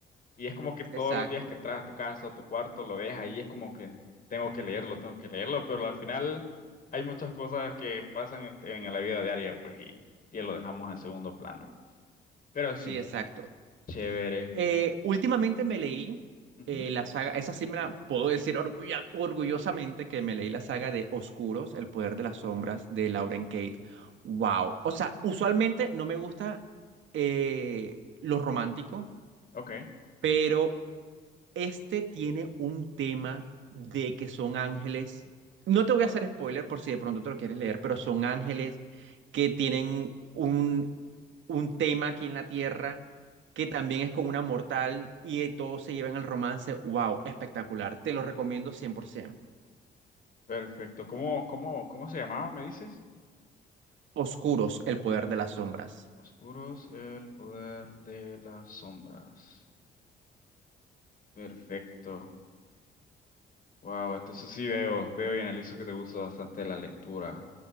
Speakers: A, on the left; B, on the right.
A: Y es como que todos
B: Exacto.
A: los días que entras a tu casa o tu cuarto lo ves ahí, es como que tengo que leerlo, tengo que leerlo, pero al final hay muchas cosas que pasan en, en la vida diaria, pues, y, y lo dejamos en segundo plano. Pero
B: Sí,
A: sí,
B: exacto.
A: chévere.
B: Eh, últimamente me leí
A: Ujú,
B: eh, la saga, esa sí me la puedo decir orgulla- orgullosamente que me leí la saga de Oscuros, El poder de las sombras de Lauren Kate. Wow. O sea, usualmente no me gusta eh, lo romántico,
A: Ok,
B: pero este tiene un tema de que son ángeles. No te voy a hacer spoiler por si de pronto te lo quieres leer, pero son ángeles que tienen un, un tema aquí en la tierra que también es con una mortal y eh, todos se llevan el romance. ¡Wow! Espectacular. Te lo recomiendo 100%.
A: perfecto. ¿Cómo, cómo, cómo se llamaba, me dices?
B: Oscuros, el poder de las sombras.
A: Oscuros, el poder de las sombras. Perfecto. Wow, entonces sí veo, veo y analizo que te gusta bastante la lectura.